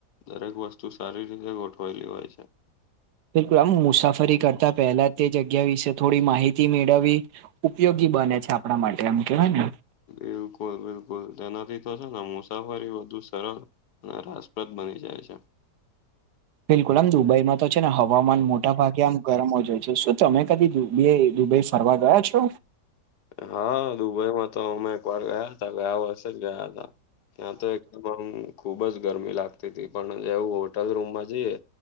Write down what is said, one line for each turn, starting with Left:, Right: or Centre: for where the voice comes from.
Left: દરેક વસ્તુ સારી રીતે ગોઠવાયેલી હોય છે.
Right: બિલકુલ આમ મુસાફરી કરતા પહેલા તે જગ્યા વિશે થોડી માહિતી મેળવવી ઉપયોગી બને છે આપણા માટે એમ કેવાય ને
Left: બિલકુલ બિલકુલ તેનાથી તો છે ને મુસાફરી બધુ સરળ અને રાજપ્રદ બની જાય છે
Right: બિલકુલ આમ દુબઈમાં તો છે ને હવામાન મોટા ભાગે આમ ગરમ હોઈ છે શું તમે કદી જોય બે દુબઈ ફરવા ગયા છો
Left: હા દુબઈમાં તો અમે એક વાર ગયા હતા ગયા વર્ષે જ ગયા હતા ત્યાં તો એકદમ આમ ખુબ જ ગરમી લાગતી હતી પણ જે હું હોટલ રૂમમાં જઈએ